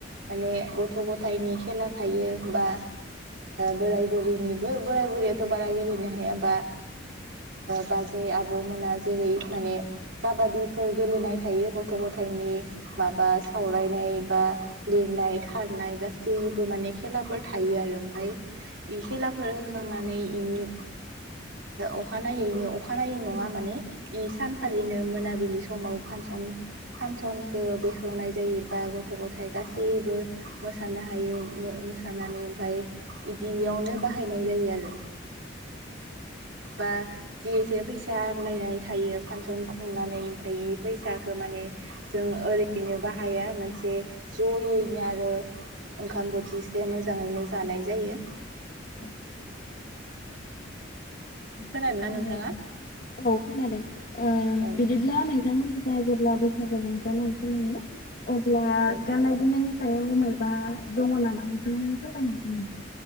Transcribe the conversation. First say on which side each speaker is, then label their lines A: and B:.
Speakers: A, on the right; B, on the left.
A: माने गथ' गथायनि खेला थायो बा बोराय बुरैनिबो बोराय बुरैयाथ' बारा गेलेनो हायााबा बाजै आब'मोना जेरै माने काबादिफोर गेलेनाय थायो गथ' गथायाइनि माबा सावरायनाय बा लिरनाय खारनाय गासैबो माने खेलाफोर थायो आरो ओमफफ्राय इ खेलाफोर होखांनानै बेनि अखानायैनो अखानायै नंङा माने इ सानखालिनो
B: औ
A: मोनाबिलि स समाव फानसन फांसनखौ बे संनाय जायो बा गथ' गथायाइ गासैबो मोसानो हायो मोसानानै ओमफाय बिदियावनो बाहायनाय जायो आरो। बा जि एसे फैसा होनाय थायो फांसन खुंनानै ओमफाय फैसाखौ माने जों ओरै <unintelligible> बाहाया मोनसे जयैनो आरो ओंखाम बोथिसे मोजांङैनो जानाय जायो।
B: <unintelligible> <unintelligible>
A: खोनादोंना नोंथाङा
B: औ खोनादों। ओ
A: औ
B: बिदिब्ला न नोंथांमोननि थिं जेब्ला बैसागु रंजानो ओंखायलाङो अब्ला
A: औ
B: गाननाय जोमनायनि सायाव अमायबा दंङ' नामा <unintelligible>